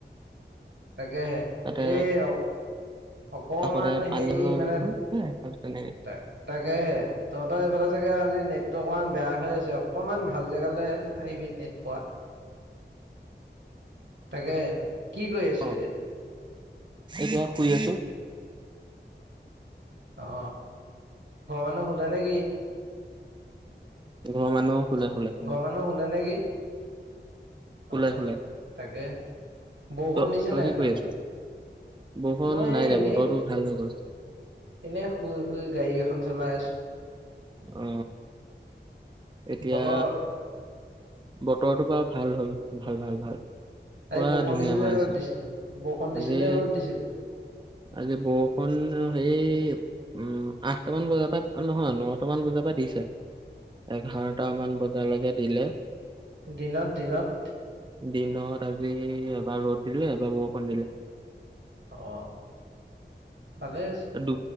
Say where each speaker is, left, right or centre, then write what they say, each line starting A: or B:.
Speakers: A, on the right (about 80°); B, on the right (about 25°).
A: তাকেহে,
B: তাতে
A: এই অ-অকমান
B: কাষতে পানী
A: হেৰি
B: লৈ
A: মানে
B: ললো এ খালো তেনেকে
A: তাক তাকেহে, তহঁতৰ এইফালে চাগে আজি নেটটো অকমান বেয়া হৈ আছে অকনমান ভাল জেগালৈ আহিবি নেট পোৱা তাকে কি কৰি আছো
B: অ,
A: এতিয়া
B: এতিয়া শুই আছো
A: অ ঘৰৰ মানুহ হুলে নেকি
B: ঘৰৰ মানুহ শুলে শুলে শুলে
A: ঘৰৰ মানুহ হুলে নেকি
B: শুলে
A: অ
B: শুলে
A: তাকে বৰষুণ
B: ত
A: দিছে
B: তই
A: নাই
B: কি
A: সেফালে?
B: কৰি আছ বৰষুণ
A: মই
B: নাই দিয়া
A: এনেই
B: বতৰটো ভাল হৈ গ'ল
A: এনে শুই শুই গাড়ী এ এখন চলাই আছো
B: অ এতিয়া
A: বতৰ
B: বতৰটোৰ পৰা ভাল হল ভাল ভাল ভাল
A: আজি
B: পুৰা
A: বৰষুণ
B: ধুনীয়া
A: দিছিলে
B: হৈ
A: নে
B: আছে।
A: ৰ'দ দিছিলে? বৰষুণ দিছিলে
B: আজি
A: নে ৰ'দ দিছিলে?
B: আজি বৰষুণ সেই উম আঠটামান বজাৰ পৰা নহয় ন টা মান বজাৰ পৰা দিছে এঘাৰটা মান বজালৈকে দিলে
A: দিনত দিনত
B: দিন আজি এবাৰ ৰোদ দিলে এবাৰ বৰষুণ দিলে
A: অ তালে,
B: দু